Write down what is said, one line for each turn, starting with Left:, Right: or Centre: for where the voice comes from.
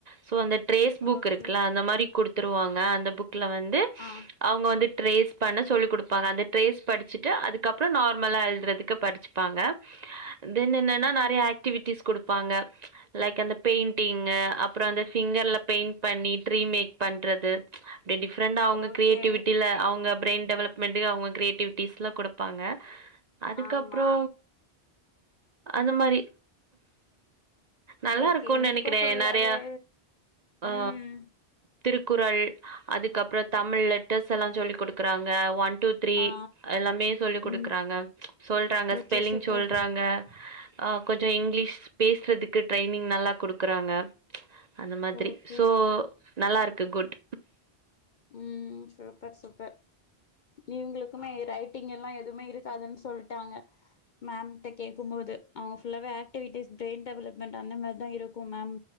Right: சோ அந்த ட்ரேஸ் புக்
Left: ஓகே
Right: இருக்குல அந்த மாரி குடுத்துருவாங்க அந்த புக்ல வந்து
Left: ஆ
Right: அவ்ங்க வந்து ட்ரேஸ் பண்ண சொல்லி் குடுப்பாங்க அந்த ட்ரேஸ் படிச்சுட்டு அதுக்கப்ற நார்மலா எழ்றதுக்கு படிச்சிப்பாங்க தென் என்னனா நெறைய ஆக்டிவிட் டீஸ் குடுப்பாங்க லைக் அந்த பெய்ண்டீங்கு அப்ற அந்த ஃபிங்கர்ல ஃபெய்ண்ட் பண்ணி ட்ரி மேக் க் பண்றது அப்டி டிஃப்ரெண்டா அவ்ங்க
Left: ஓகே
Right: கிரியேட்டிவிட்டில அவ்ங்க பிரெயின் டெவலப்மெண்டு அவ்ங்க கிரியேட்டிவிட்டீஸ்லா குடுப்பாங்க அதுக்கப்றோ
Left: ஆமா
Right: அந்த மாரி நல்லா
Left: ஓகே
Right: இருக்குன்
Left: இவனுக்கு
Right: நெனைக்கிறே
Left: ஃபுல்லாவே
Right: நெறைய ஆ
Left: ம்
Right: திருக்குறள் அதுக்கப்புற தமிழ் லெட்டர்ஸ் எல்லா சொல்லி குடுக்குறாங்க ஒன் டூ த்ரீ
Left: ஆ
Right: எல்லாமே சொல்லி குடுக்குறாங்க
Left: ம்
Right: சொல்றாங்க
Left: ஓகே
Right: ஸ்பெல்லிங்
Left: சூப்பர்
Right: சொல்றாங்க கொஞ்ச இங்கிலீஷ் பேசுறதுக் கு டிரைனிங் நல்லா குடுக்கறாங்க அந்த மாதிரி
Left: ஓகே
Right: சோ நல்லாருக்கு குட்
Left: ம் சூப்பர் சூப்பர் இவுங்களுக் குமே ரைட்டிங் எல்லா எதுமே இருக்காதுன் சொல்ட்டாங்க மேம்ட்ட கேக்கும்போது அவுங்க ஃபுல்லாவே ஆக்டிவிட்டீஸ் பிரெயின் டெவலப்மெண்ட் அந்த மார்தா இருக்கும் மேம்